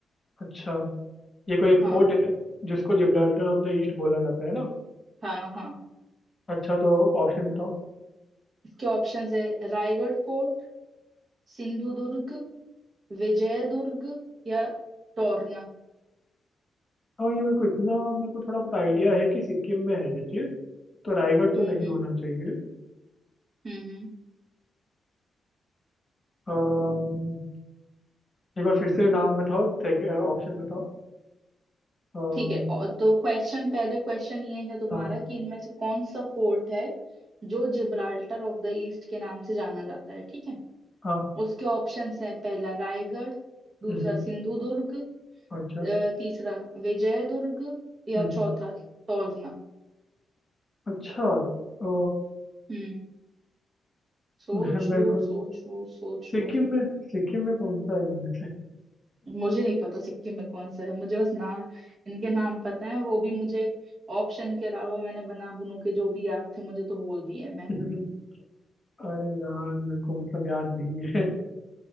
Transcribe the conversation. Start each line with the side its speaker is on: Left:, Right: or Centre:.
Left: अच्छा ये कोई एक
Right: हाँ
Left: फोर्ट है जिसको जिब्राल्टर ऑफ द ईस्ट बोला जाता है ना
Right: हाँ हाँ
Left: अच्छा तो ऑप्शन बताओ
Right: इसके ऑप्शंस है Raigad fort Sindhudurg Vijaydurg या टोरना
Left: हाँ ये मेरे को इतना मेरे को थोड़ा बहुत आइडिया है कि सिक्किम में है ये चीज़ तो रायगढ़ तो
Right: हम्म
Left: नहीं
Right: हम्म
Left: होना चाहिए
Right: हम्म हम्म।
Left: अम्म, एक बार फिर से नाम बताओ सेकंड ऑप्शन बताओ अम्म,
Right: ठीक है और तो क्वेश्चन पहले क्वेश्चन ये है तुम्हारा
Left: हाँ
Right: कि इनमें से कौन सा फोर्ट है जो जिब्राल्टर ऑफ द ईस्ट के नाम से जाना जाता है ठीक है
Left: हाँ
Right: उसके ऑप्शंस है पहला रायगढ़ दूसरा
Left: हम्म,
Right: सिंधु दुर्ग
Left: अच्छा
Right: अ, तीसरा विजय दुर्ग या
Left: हम्म,
Right: चौथा टोरना
Left: अच्छा अ,
Right: हम्म सोच
Left: मे- मेरे
Right: लो
Left: को तो-
Right: सोच लो सोच
Left: सिक्किम
Right: लो
Left: में सिक्किम में कौन सा है इनमें से
Right: मुझे नहीं पता सिक्किम में कौन सा है मुझे बस नाम इनके नाम पता है वो भी मुझे ऑप्शन के अलावा मैंने बना बुनू के जो भी याद थे मुझे तो बोल दिए हैं
Left: <laughs>
Right: मैंने
Left: अरे यार मेरे को मतलब याद नहीं है